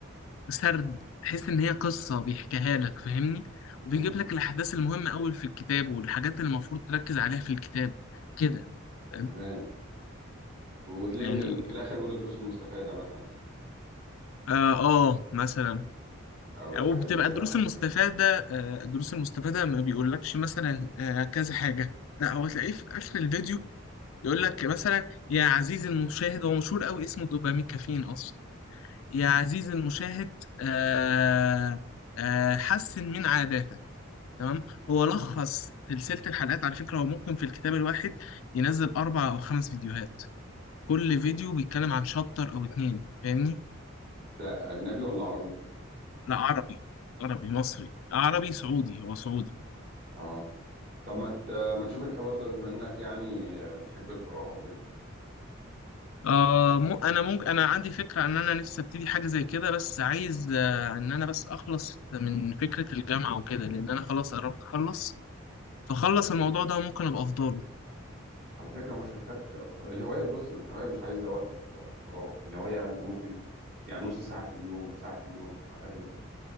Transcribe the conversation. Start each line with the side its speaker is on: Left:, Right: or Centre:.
Left: سرد تحس ان هي قصة بيحكيها لك فاهمني وبيجيب
Right: مم.
Left: لك الاحداث المهمة قوي في الكتاب والحاجات اللي المفروض تركز عليها في الكتاب كده فاهم؟
Right: كمان وتلاقي
Left: يعني
Right: في ال- في الآخر بيقولوا الدروس المستفادة مثلا
Left: اه آه، مثلا
Right: أو الحاجة
Left: او بتبقى
Right: اللي هي
Left: الدروس المستفاده
Right: كويسة
Left: آه، الدروس المستفاده ما بيقولكش مثلا آه، كذا حاجه لا هو تلاقيه في اخر الفيديو يقول لك مثلا يا عزيزي المشاهد هو مشهور قوي اسمه دوبامين كافيين اصلا يا عزيزي المشاهد آه، آه، حسن من عاداتك تمام هو لخص سلسله الحلقات على فكره هو ممكن في الكتاب الواحد ينزل اربع او خمس فيديوهات كل فيديو بيتكلم عن شابتر او اتنين فاهمني
Right: ده أجنبي ولا عربي؟
Left: لا عربي عربي مصري عربي سعودي هو سعودي
Right: آه طب ما ت- ما تشوف الحوار ده بما انك يعني بتحب القراءة وكده
Left: آه م... انا ممكن انا عندي فكره ان انا نفسي ابتدي حاجه زي كده بس عايز آه ان انا بس اخلص من فكره الجامعه وكده لان انا خلاص قربت اخلص فخلص الموضوع ده ممكن ابقى افضله
Right: على فكرة مش محتاج ف- الهواية بص الهواية مش عايزة وقت وقت فراغ الهواية انت ممكن يعني نص ساعة في اليوم ساعة في اليوم على قد ما تقدر